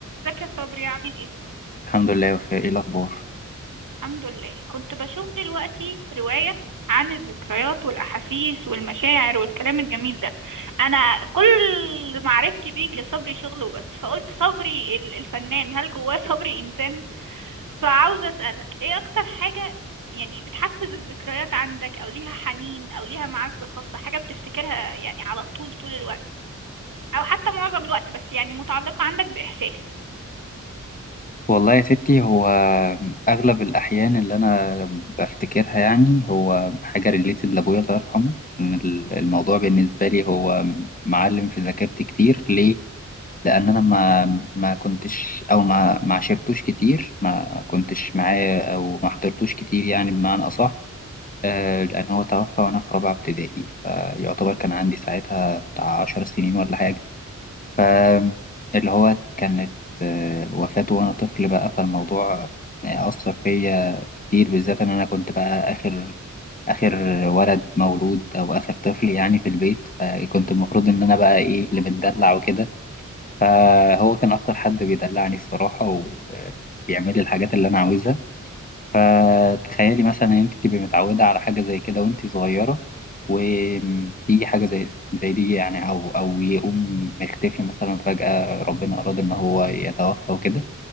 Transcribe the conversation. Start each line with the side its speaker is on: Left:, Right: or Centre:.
Right: ازيك يا صبري عامل ايه
Left: الحمد لله يا وفاء ايه الاخبار
Right: الحمد لله كنت بشوف دلوقتي رواية عن الذكريات والأحاسيس والمشاعر والكلام الجميل ده أنا كل معرفتي بيك يا صبري شغل وبس فقلت صبري ال- الفنان هل جواه صبري إنسان فعاوزة أسألك ايه أكتر حاجة يعني بتحفز الذكريات عندك أو ليها حنين أو ليها معزة خاصة حاجة بتفتكرها يعني على طول طول الوقت أو حتى معظم الوقت بس يعني متعلقة عندك بإحساس
Left: والله يا ستي هو اغلب الاحيان اللي انا بفتكرها يعني هو حاجه ريليتد لابويا الله يرحمه إن ال- الموضوع بالنسبه لي هو معلم في ذاكرتي كتير ليه لان انا ما
Right: مهم.
Left: ما كنتش او ما ما عشرتوش كتير ما كنتش معاه او ما حضرتوش كتير يعني بمعنى اصح آه، لان هو توفى وانا في رابعه ابتدائي فيعتبر كان عندي ساعتها بتاع عشر سنين ولا حاجه ف اللي هو كانت آه، وفاته وأنا طفل بقى فالموضوع آه، أثر فيا كتير بالذات إن أنا كنت بقى آخر آخر ولد مولود أو آخر طفل يعني في البيت فكنت المفروض إن أنا بقى إيه اللي متدلع وكده فهو كان أكتر حد بيدلعني الصراحة وبيعمل لي الحاجات اللي أنا عاوزها فتخيلي مثلا ان انت تبقي متعوده على حاجه زي كده وانت صغيره وتيجي حاجه زي زي دي يعني او او يقوم مختفي مثلا فجاه ربنا اراد ان هو يتوفى وكده